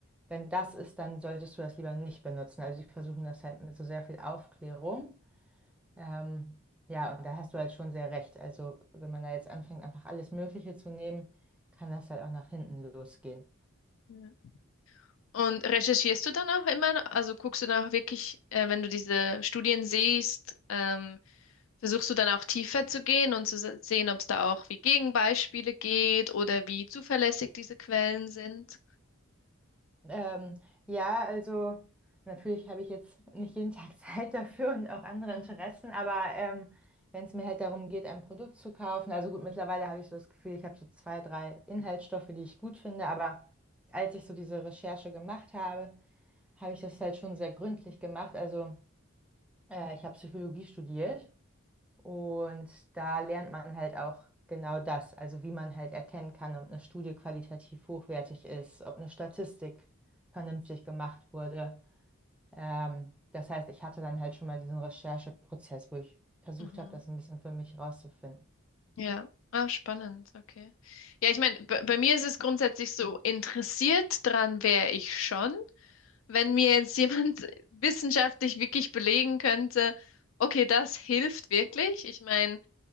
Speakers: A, in the centre; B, on the left.
A: Wenn das ist, dann solltest du das lieber nicht benutzen. Also die versuchen das halt mit so sehr viel Aufklärung. Ähm, ja, und da hast du halt schon sehr recht. Also wenn man da jetzt anfängt, einfach alles Mögliche zu nehmen, kann das halt auch nach hinten losgehen.
B: Mhm. Und recherchierst du dann auch immer, also guckst du dann auch wirklich, äh, wenn du diese Studien siehst, ähm, versuchst du dann auch tiefer zu gehen und zu se- sehen, ob es da auch wie Gegenbeispiele geht oder wie zuverlässig diese Quellen sind?
A: Ähm, ja, also natürlich habe ich jetzt nicht jeden Tag <laughs> Zeit dafür und auch andere
B: Mhm.
A: Interessen, aber ähm, wenn es mir halt darum geht, ein Produkt zu kaufen, also gut, mittlerweile habe ich so das Gefühl, ich habe so zwei, drei Inhaltsstoffe, die ich gut finde, aber als ich so diese Recherche gemacht habe, habe ich das halt schon sehr gründlich gemacht. Also äh, ich habe Psychologie studiert. Und da lernt man halt auch genau das, also wie man halt erkennen kann, ob eine Studie qualitativ hochwertig ist, ob eine Statistik vernünftig gemacht wurde. Ähm, das heißt, ich hatte dann halt schon mal diesen Rechercheprozess, wo ich versucht
B: Mhm.
A: habe, das ein bisschen für mich rauszufinden.
B: Ja, ah, spannend, okay. Ja, ich meine, bei bei mir ist es grundsätzlich so, interessiert dran wäre ich schon, wenn mir jetzt jemand <laughs> wissenschaftlich wirklich belegen könnte, okay, das hilft wirklich. Ich meine,